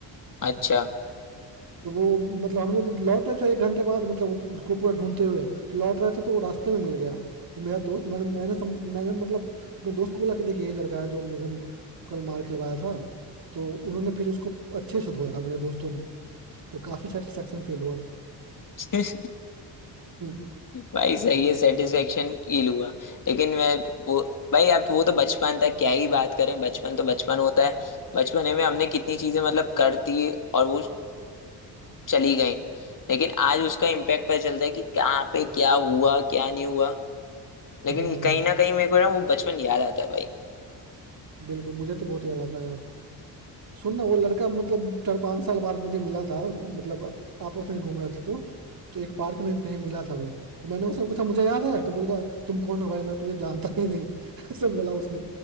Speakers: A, on the left (about 45°); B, on the right (about 50°).
A: अच्छा
B: तो वो मतलब हम लोग लौट रहे थे एक घंटे बाद मतलब वो उसको पूरा ढूंढते हुए तो लौट रहे थे तो वो रास्ते में मिल गया तो मेरा दोस्त मैंने मैंने सम, मैंने मतलब अपने दोस्त को बोला कि देखिए यही लड़का है जो मुझे कल मार के लवाया था तो उन्होंने फिर उसको अच्छे से धोया मेरे दोस्तों ने तो काफी सेटिस्फेक्शन फील हुआ
A: <laughs>
B: हम्म।
A: भाई सही है सेटिस्फेक्शन फील हुआ लेकिन मैं वो भाई अब वो तो बचपन था क्या ही बात करें बचपन तो बचपन होता है बचपने में हमने कितनी चीजें मतलब कर दी और वो चली गई लेकिन आज उसका इम्पैक्ट पता चलता है कि कहाँ पे क्या हुआ क्या नहीं हुआ लेकिन
B: हम्म
A: कहीं ना कहीं मेरे को ना वो बचपन याद आता है भाई
B: बिल्कुल मुझे तो बहुत याद आता है यार सुन ना वो लड़का मतलब चार पांच साल बाद मुझे मिला था मतलब आपस में घूम रहे थे तो तो एक पार्क में कहीं मिला था वो तो मैंने उससे पूछा मुझे याद है तो बोल रहा तुम कौन हो भाई मैं तुझे जानता ही नहीं <laughs> ऐसे बोला उसने